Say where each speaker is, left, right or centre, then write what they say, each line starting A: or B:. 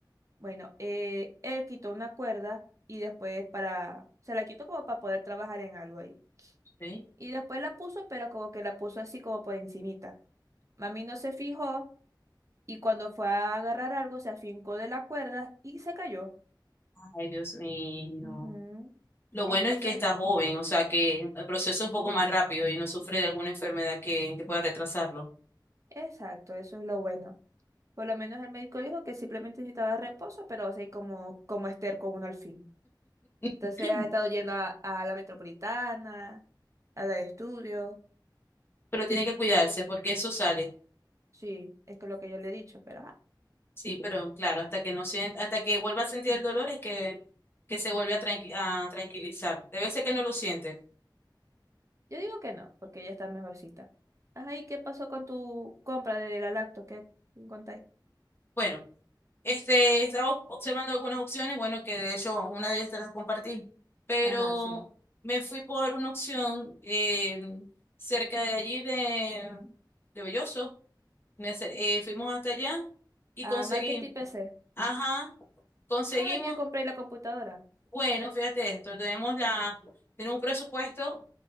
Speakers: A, on the right (about 40°); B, on the left (about 30°).
A: Bueno, eh, él quitó una cuerda y después para, se la quitó como para poder trabajar en algo ahí.
B: Sí.
A: Y después la puso, pero como que la puso así como por encimita. Mami no se fijó y cuando fue a agarrar algo se afincó de la cuerda y se cayó.
B: Ay, Dios mío.
A: Ujú.
B: Lo
A: Entonces,
B: bueno es que está joven, o sea, que el proceso es un poco más rápido y no sufre de alguna enfermedad que, que pueda retrasarlo.
A: exacto, eso es lo bueno. Por lo menos el médico dijo que simplemente necesitaba reposo, pero o sea, como, como Esther con uno al fin. Entonces
B: <clears throat>
A: ha estado yendo a, a la metropolitana, a dar estudios.
B: Pero tiene que cuidarse porque eso sale.
A: Sí, es que lo que yo le he dicho, pero... ajá.
B: Sí, pero claro, hasta que no sien- hasta que vuelva a sentir el dolor es que, que se vuelve a, tranqui- a tranquilizar. Debe ser que no lo siente.
A: Yo digo que no, porque ya está mejorcita. Ajá, ¿y qué pasó con tu compra de la lacto? ¿Qué contáis?
B: Bueno. Este, estaba observando algunas opciones, bueno, que de hecho una de ellas te las compartí, pero
A: Ajá, sí.
B: me fui por una opción eh, cerca de allí de, de Belloso. Me acer- eh, fuimos hasta allá y
A: Ah,
B: conseguí,
A: marketing PC.
B: ajá, conseguimos,
A: Ah, yo compré la computadora.
B: bueno, fíjate esto, tenemos la, tenemos un presupuesto